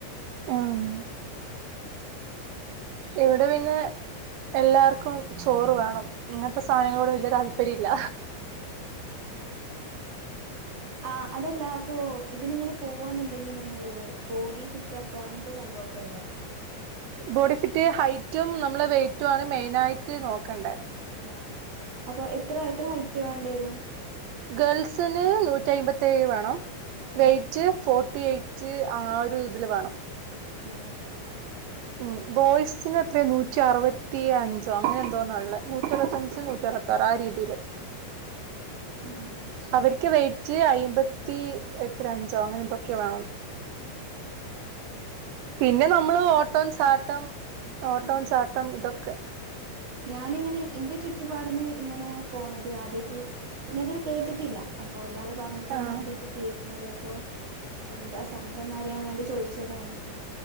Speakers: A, on the right; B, on the right.
A: ആഹ് ഇവിടെ പിന്നെ എല്ലാർക്കും ചോറ് വേണം ഇങ്ങനത്തെ സാധനങ്ങളോട് വല്യ താല്പര്യം ഇല്ല
B: ആഹ് ആഹ് അതല്ല അപ്പൊ ഇതിന് ഇങ്ങനെ പോവാന്നുണ്ടെങ്കി നമ്മള് ബോഡി ഫിറ്റ് ആക്കുക അങ്ങനത്തെ സംഭവൊക്കെ ഇല്ലേ
A: ബോഡി ഫിറ്റ് ഹൈറ്റും നമ്മളെ വെയ്റ്റും ആണ് മെയിൻ ആയിട്ട് നോക്കണ്ടേ
B: ആഹ് അപ്പൊ എത്ര എത്ര ഹൈറ്റ് വേണ്ടി വരും
A: ഗേൾസിന് നൂറ്റി അമ്പത്തിഏഴ് വേണം
B: ആഹ്
A: വെയ്റ്റ് ഫോർട്ടി എയ്റ്റ് റ്റ് ആ ഒരു ഇതില് വേണം
B: ആഹ്
A: ഉം ബോയ്സിന് എത്രേ നൂറ്റി അറുപത്തിയഞ്ചോ അങ്ങനെ എന്തോന്നാള്ളെ നൂറ്റി അറുത്തഞ്ച് നൂറ്റി അറുപത്തി യാറ് ആ രീതിയിൽ
B: ആഹ് അത് ശരി
A: അവർക്ക് വെയ്റ്റ് അയമ്പത്തി എത്ര അഞ്ചോ അങ്ങനെ എന്തൊക്കെ വേണം
B: ഉം
A: പിന്നെ നമ്മള് ഓട്ടോം ചാട്ടം ഓട്ടോം
B: ആഹ്
A: ചാട്ടം ഇതൊക്കെ
B: ഞാനിങ്ങനെ ഇന്റെ ചുറ്റുപാടിന്ന് ഇങ്ങനെ പോണത് ആദ്യമായിട്ട് ഇങ്ങനൊരുത് കേട്ടിട്ടില്ല അപ്പോ ഇയാൾ പറഞ്ഞപ്പോഴാണ്
A: ആഹ്
B: ആദ്യമായിട്ട് കേൾക്കുന്നത് അപ്പോ എന്താ സംഭവം എന്ന് അറിയാൻ വേണ്ടി ചോദിച്ചതാണ്